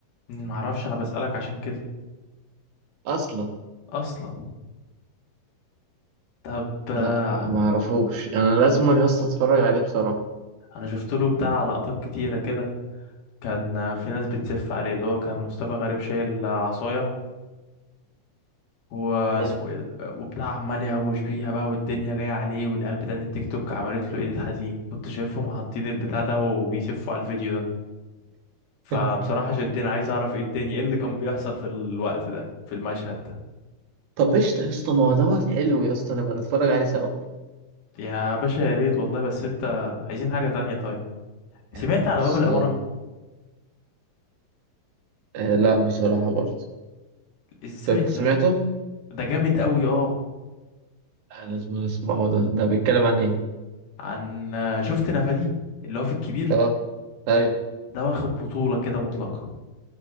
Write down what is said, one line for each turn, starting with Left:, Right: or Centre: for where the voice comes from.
Left: ما اعرفش انا بسالك عشان كده
Right: أصلا
Left: اصلا طب آه،
Right: لا ما أعرفوش أنا لازم يا اسطى أتفرج عليه بصراحة
Left: انا شفت له بتاع لقطات كتيره كده كان آه، في ناس بتسف عليه اللي هو كان مصطفى غريب شايل آه، عصايه واسمه
Right: مم.
Left: ايه ده؟ وبتاع عمال يهوش بيها بقى والدنيا جاية عليه والعيال بتاعت التيك توك عملت له ايديت حزين كنت شايفهم حاطين البتاع ده وبيسفوا على الفيديو ده فبصراحة
Right: <laughs>
Left: شدني عايز اعرف ايه الدنيا ايه اللي كان بيحصل في الوقت ده في المشهد ده
Right: طب قشطة يا اسطى ما هو دوت حلو يا اسطى نبقى نتفرج عليه سوا
Left: يا باشا يا ريت والله بس انت عايزين حاجة تانية طيب سمعت
Right: يا عم
Left: على
Right: خلصان
Left: باب العمارة
Right: آه لا بصراحة برضه
Left: ازاي
Right: ده انت سمعته؟
Left: يس ده جامد قوي اه
Right: آه لازم اسمعه ده ده بيتكلم عن ايه؟
Left: عن شفت نفادي اللي هو في الكبير
Right: اه طيب
Left: ده واخد بطولة كده مطلقة